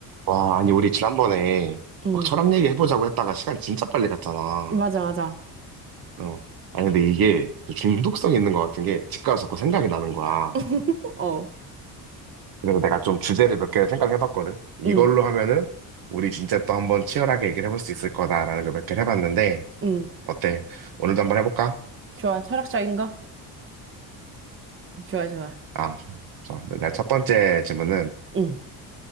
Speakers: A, on the right (about 60°); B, on the right (about 30°).
A: 와, 아니, 우리 지난번에
B: 응,
A: 막 철학 얘기 해보자고 했다가 시간 진짜 빨리 갔잖아.
B: 맞아, 맞아.
A: 어. 아니, 근데 이게 또 중독성이 있는 것 같은 게 집 가서 자꾸 생각이 나는 거야.
B: <laughs> 어,
A: 그래서 내가 좀 주제를 몇 개를 생각해봤거든. 이걸로
B: 응,
A: 하면은 우리 진짜 또 한번 치열하게 얘기를 해볼 수 있을 거다라는 걸 몇 개를 해봤는데,
B: 응.
A: 어때? 오늘도 한번 해볼까?
B: 좋아, 철학적인 거? 좋아, 좋아.
A: 아, 좋아. 내첫 번째 질문은
B: 응.